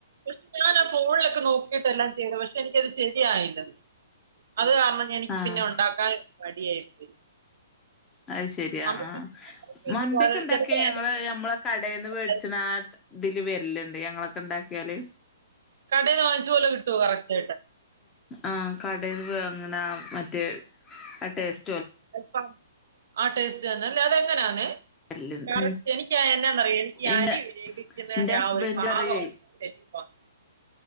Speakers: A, on the right; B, on the left.
A: പക്ഷെ ഞാൻ ആ ഫോണിലൊക്കെ നോക്കിട്ടെല്ലാ ചെയ്തേ പക്ഷെ എനിക്കത് ശെരിയായില അത് കാരണം ഞാ എനിക്ക്
B: ആഹ്
A: പിന്നെ ഉണ്ടാക്കാൻ മടി ആയി പോയി
B: അത് ശെരി അ
A: നമുക്ക്
B: ആ
A: ഉണ്ടാക്കി വെച്ചിട്ട്
B: മന്തിയൊക്കെണ്ടാക്കിയ
A: അത് ചിലപ്പോ
B: ഞങ്ങള് ഞമ്മളെ കടേന്ന് വേടിച്ച്ണ
A: അത്
B: ആ ഇതില് വര്ല്ണ്ട് ഞങ്ങളൊക്കെ ഇണ്ടാക്കി ക്കിയാല്
A: കടേന്ന് വാങ്ങിച്ച പോലെ കിട്ടുവോ കറക്റ്റായിട്ട്
B: ആ കടേന്ന് വാങ്ങ്ണാ മറ്റേ ആ ടേസ്
A: ചെൽപ്പം ആ ടേസ്റ്റ് തന്നെഅല്ലേ അതെങ്ങനാന്നെ
B: വരലുണ്ട്
A: കറക്റ്റ് എനിക്ക് എന്നാന്നറിയോ എനിക്ക്
B: ഇന്റെ
A: അരി വേവിക്കുന്നതിന്റെ
B: ഇന്റെ ഹസ്ബൻഡ്
A: ആ ഒരു പാകമാണ്
B: പറയേ
A: തെറ്റിപ്പോണ്